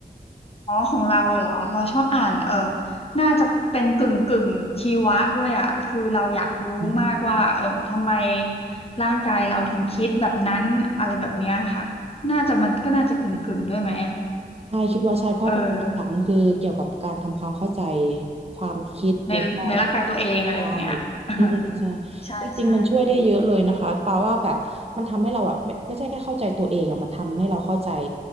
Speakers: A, on the left; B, on the right.
A: อ๋อของเราอะเหรอเราชอบอ่านเออน่าจะเป็นกึ่งกึ่งชีวะด้วยอะคือเราอยากรู้มากว่าเออทำไม
B: อืม
A: ร่างกายเราถึงคิดแบบนั้นอะไรแบบเนี้ยค่ะน่าจะมันก็น่าจะกึ่งกึ่งด้วยไหมอะ
B: ใช่คิดว่าใช่เพราะหลักๆมันคือเกี่ยวกับการทำความเข้าใจ
A: เออ
B: ความคิดแล้วก็
A: ในในร่างกายตัวเองอะไรแบบเนี้ย
B: ใช่
A: <laughs>
B: อืมใช่
A: ใช่ใช่
B: จริงๆมันช่วยได้เยอะเลยนะคะแปาว่าแบบมันทำให้เราแบบไม่ไม่ใช่แค่เข้าใจตัวเองอะมันทำให้เราเข้าใจ